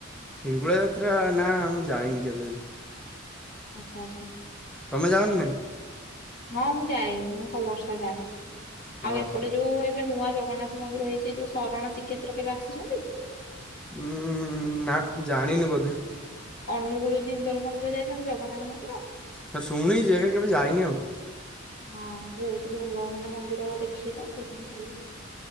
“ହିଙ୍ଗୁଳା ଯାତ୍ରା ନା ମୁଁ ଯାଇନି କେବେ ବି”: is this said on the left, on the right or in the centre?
Centre